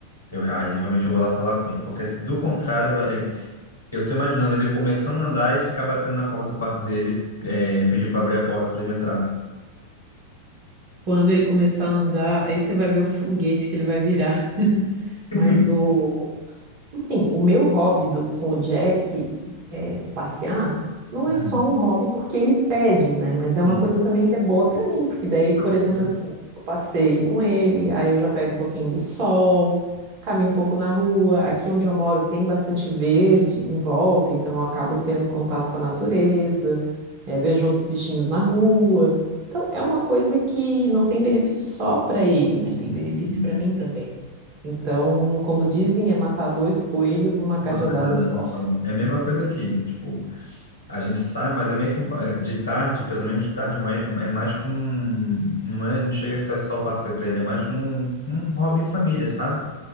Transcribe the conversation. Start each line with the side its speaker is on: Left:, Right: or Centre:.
Left: eu, aí realmente eu vou lá falar com ele, porque se do contrário, eu tô imaginando ele começando a andar e ficar batendo na porta do quarto dele, é, pedindo para abrir a porta para ele entrar.
Right: Quando ele começar a andar, aí você vai ver o foguete que ele vai virar. <laughs>
Left: <laughs>
Right: Mas o, Assim, o meu hobby do- com o Jack é, passear não é
Left: Hum,
Right: só um hobby porque ele pede, né? Mas é
Left: sim.
Right: uma coisa também que é boa para mim, porque daí, por
Left: Não,
Right: exemplo,
Left: sim,
Right: assim, eu passeio com ele, aí eu já pego um pouquinho de sol, caminho um pouco na rua. Aqui onde eu moro tem bastante verde em volta, então eu acabo tendo contato com a natureza, é, vejo outros bichinhos na rua. Então, é uma coisa que não tem benefício só para ele, né?
Left: sim,
Right: Tem benefício
Left: sim.
Right: para mim também. Então, como dizem, é matar dois coelhos numa cajadada
Left: Uma cajadada
Right: só.
Left: só. É a mesma coisa aqui. Tipo, a gente sai, mas é meio que um, pa- é, de tarde, pelo menos de tarde, mais, é mais como um, não é, não chega a ser só passeio para ele, é mais como um, um hobby em família, sabe?